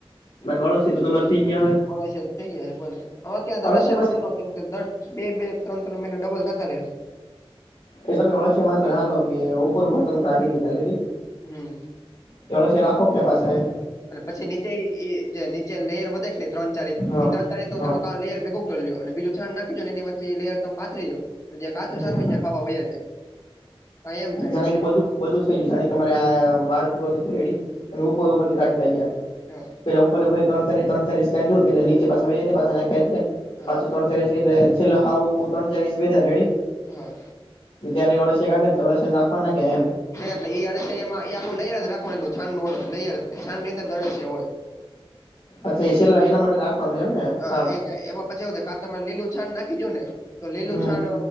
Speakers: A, on the left; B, on the left.
A: બાકી અળસિયા તો તમારે થઈ ગયા હવે
B: અડસર થઇ જયા છે બસ હવે ક્યાં અડસર
A: અળસિયા પાસે
B: ન કે દસ બે બે ત્રણ ત્રણ મહિના ડબલતા રહે
A: એ તમે ઓળશ વા હાલ કે ઉપર ઉપર તમે કાઢી દી ચાલે
B: હમ
A: થોડ રાખો કે બસ સાહેબ
B: એ પછી નીચેઈ જે નીચે લેયર વધે છે ને ત્રણ ચાર રીતનું
A: હા
B: એ ત્રણ ચાર રીતનું
A: હા
B: ત લેયર ભેગું અને બીજું છાડ નાખી એનીચે લેયર ત પાઠરી જોવ તો જ્યાં કાચો છ
A: હમ
B: ન હોય ત્યાં ખાવા વૈ જાય કા એમ થાય
A: જાણે કે બધું બધું થઈ ગયું કારણ કે તમારે આ વાળ પૂરો થઈ જ રેડી તમે ઉપર ઉપર થી કાઢતા ગયા
B: હા
A: પેલા ઉપર ઉપર ત્રણ ચા ત્રણ ચા એ નીચે પાછાય પા ખે
B: હા
A: પાછુ ત્રણ એટલે છેલ્ હ ત્રણ ચાસ બેધા રેડી
B: હા
A: ક્યારેળ ડા રાખવાના કે એમ
B: એટલે એ અડસિયા એમાં એ આખું લય જ રાખો એવું છાંણ લય જ છાંણ ની અંદર અડસિયા હોય
A: અચ્છા એ છેેલા એના માટે રાખવાનું એમ ને
B: હ
A: સાણ
B: એ એમાં પછી એવું થ કા તમારે લીલું છાણ નાખી ગો ને તો લીલું
A: હમ
B: છાણ